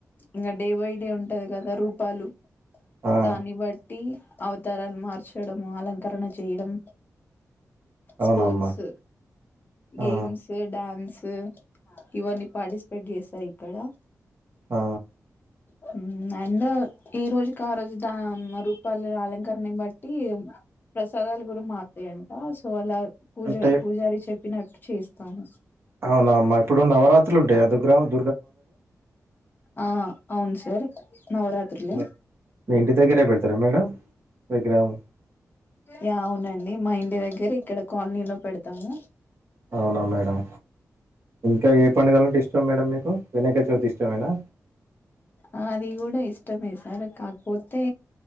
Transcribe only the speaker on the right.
ఆ
అవునమ్మా
ఆ
ఆ
అంటే
అవునా అమ్మా ఇప్పుడు నవరాత్రులు ఉంటాయి దుర్గం
ఇంగ మీ ఇంటి దగ్గరే పెడతారా మేడం విగ్రహం
అవునా మేడం ఇంకా ఏ పండుగల అంటే ఇష్టం మేడం మీకు వినాయక చవితి ఇష్టమేనా